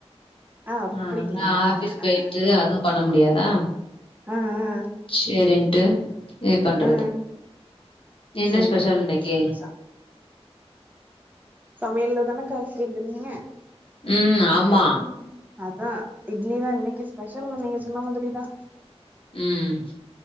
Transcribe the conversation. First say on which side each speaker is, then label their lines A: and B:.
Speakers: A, on the right (about 15°); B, on the left (about 55°).
A: ஆ அப்டிங்களா
B: ஆஹ் நா ஆபிஸ் போயிட்டு
A: ஆ
B: அதுவு பண்ண முடியாதா
A: ஆ ஆ ஆ
B: செரின்ட்டு பண் இது பண்றது
A: ஆ
B: என்ன
A: செரிக்கா
B: ஸ்பெஷல்
A: செரிக்கா
B: இன்னைக்கு
A: சந்தோஷோ சமையல்ல தானே காசேங்கிறீங்க
B: ம் ஆமா
A: ம் அதா இட்லி தா இன்னைக்கு ஸ்பெஷல் நீங்க சொன்ன மாதிரி தா
B: ம்